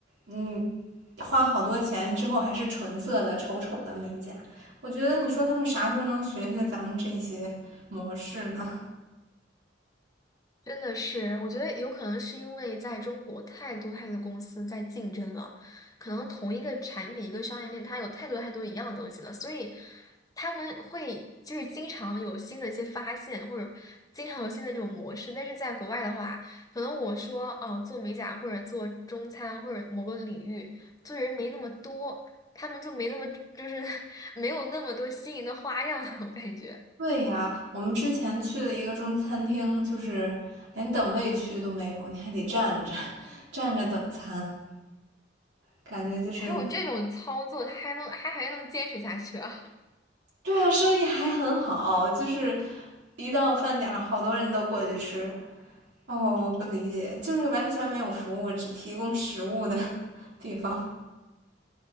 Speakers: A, on the right; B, on the left.
A: 嗯，花好多钱之后还是纯色的、丑丑的美甲。我觉得你说他们啥时候能学学咱们这些模式呢？
B: 真的是，我觉得有可能是因为在中国太多太多公司在竞争了，可能同一个产品、一个商业链，它有太多太多一样的东西了，所以他们会就是经常有新的一些发现，或者经常有新的一种模式。但是在国外的话，可能我说哦，做美甲或者做中餐或者某个领域，做人没那么多，他们就没那么就是 <laughs> 没有那么多新颖的花样了我感觉。
A: 对呀，我们之前去了一个中餐厅，就是连等位区都没有，你还得站着 <laughs>，站着等餐，感觉就是，
B: 还有这种操作，他还能还还能坚持下去啊？
A: 对啊，生意还很好，就是一到饭点儿，好多人都过去吃。哦，我不理解，就是完全没有服务，只提供食物的 <laughs> 地方。